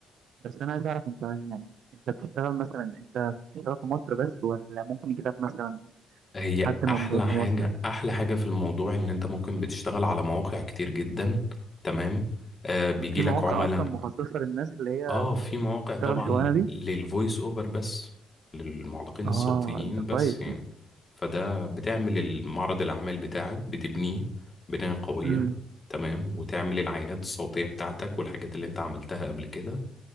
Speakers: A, on the right (about 70°); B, on the left (about 30°).
A: بس انا عايز اعرف انت يعني انت بتشتغل مثلا انت بتشتغل في مصر بس ولا ممكن يجي لك مثلا
B: هي
A: حد من
B: احلى
A: بره
B: حاجة
A: مصر
B: احلى حاجة في الموضوع ان انت ممكن بتشتغل على مواقع كتير جدا تمام آه بيجي
A: في
B: لك
A: مواقع
B: عملاء
A: اصلا مخصصة للناس اللي هي
B: اه
A: اللي
B: في مواقع
A: بتشتغل
B: طبعا
A: الشغلانة دي
B: للفويس اوفر بس للمعلقين
A: اه
B: الصوتيين
A: ده
B: بس
A: كويس
B: يعني فده بتعمل المعرض الأعمال بتاعك بتبنيه بناية قوية
A: امم
B: تمام وتعمل العينات الصوتية بتاعتك والحاجات اللي انت عملتها قبل كده